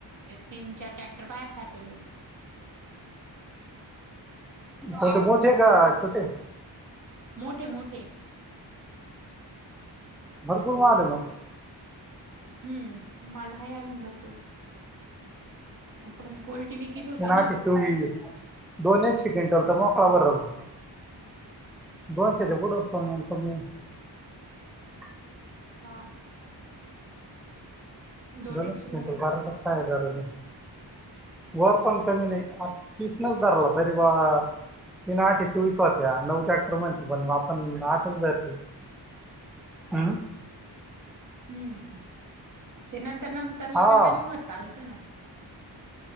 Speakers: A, on the right; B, in the centre.
A: तीन चार ट्रॅक्टर बाहेर साठवले होते
B: होत मोठे का छोटे?
A: मोठे मोठे.
B: बरं <unintelligible>
A: हम्म माल हाय अजून भरपूर आतापर्यंत पर्यंत कोल्डटी विकीत होत
B: तीन आठ
A: ना
B: चोवीस दोन एक सेकंड <unintelligible>
A: होय.
B: दोनशेच्या पुुड पण मग कमी आहे
A: हा. दोन
B: दोनच
A: एकशे भराल
B: क्विंटल बारालाच काय झारा म वर पण कमी नाही आ फिसनच धरला तरी बा ती ना आठे चोवीस वात्या नऊ टॅक्टर म्हणते पण मग आपण आठच जात हम्.
A: हम्म त्यांना तर नंतर
B: हा
A: वजन काही चालत. त ना